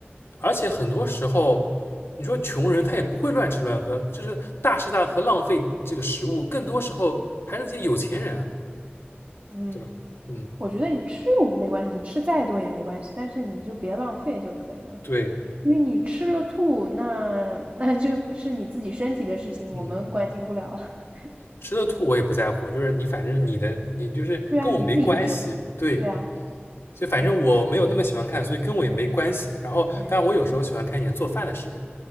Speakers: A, on the left; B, on the right.
A: 而且很多时候，你说穷人他也不会乱吃乱喝，就是大吃大喝浪费这个食物，更多时候还是那些有钱人啊，
B: 嗯，
A: 对吧？嗯，
B: 我觉得你吃无没关系，你吃再多也没关系，但是你就别浪费就可以了。
A: 对，
B: 因为你吃了吐，那那就是你自己身体的事情，
A: 嗯。
B: 我们关心不了了。<laughs>
A: 吃了吐我也不在乎，就是你反正你的你就是跟我没关系，
B: 对啊，你自己的身体。
A: 对，
B: 对啊，
A: 所以反正我没有那么喜欢看，
B: 对，
A: 所以跟我也没关系。然后，
B: 嗯，
A: 当然我有时候喜欢看一点做饭的视频，